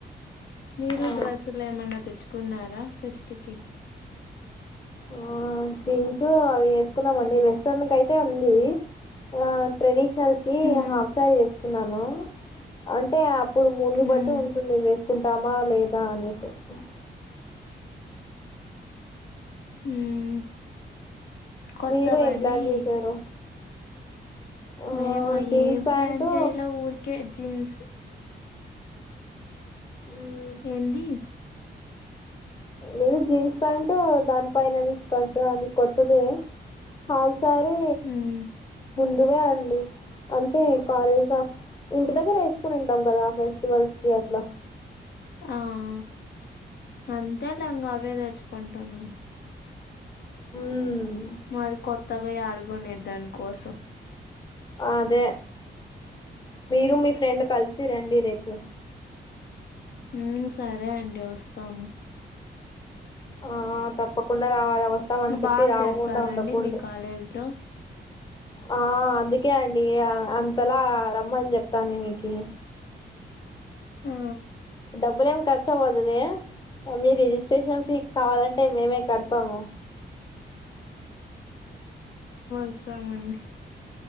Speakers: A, on the left; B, on the left.
A: మీరు
B: ఆ
A: డ్రెస్సులు ఏమైన్నా తెచ్చుకున్నారా ఫెస్ట్ కి.
B: ఆహ్ జీన్సు అవి వేసుకున్నామండి వెస్టర్న్ కైతే అది. ఆహ్ ట్రెడిషనల్ కి
A: ఉమ్
B: హాఫ్ సారీ తెచ్చు. అంటే అప్పుడు మూడును
A: ఉమ్
B: బట్టి ఉంటుంది ఎస్. వేసుకుంటామా లేదా అనేసి ఉమ్.
A: ఉమ్ కొత్తావండి.
B: మీరు ఏం ప్లాన్ చేశారు ఆ
A: మేము
B: జీన్స్
A: ఏం
B: ప్యాంటు
A: ప్లాన్ చేయాలే ఊరికే జీన్స్.
B: ఉమ్.
A: ఏంది.
B: లేదు జీన్స్ ప్యాంట్ దాని పైనది స్కర్ట్ అది కొత్తదే. Hop sorry.
A: ఉమ్.
B: దివే అండి. అంటే కాలేజ్ ద ఇంటి దగ్గర వేసుకొని ఉంటాం కదా ఫెస్టివల్స్ కి అట్లా.
A: ఆహ్ అంతేలే ఇంగ అవే తెచ్చుకుంటాము.
B: ఉమ్.
A: మరి కొత్తగా యాడ కొనేది దానికోసం.
B: అదే మీరు మీ ఫ్రెండ్ కలిసి రండి రేపు.
A: ఉమ్ సరే అండి వస్తాం.
B: ఆహ్ తప్పకుండా రావాలి వస్తాం అని చెప్పి
A: బాగా
B: రావకుండా
A: చేస్తారండి
B: ఉండకూడదు.
A: మీ కాలేజ్ లో
B: ఆహ్ అందుకే అండి ఆహ్ అంతలా రమ్మని చెప్తాంది మీకీ.
A: ఆ
B: డబ్బులు ఏం ఖర్చవ్వదులే అవి రిజిస్ట్రేషన్. మీక్ కావాలంటే మేమే కడతాము.
A: ఇస్తామండి.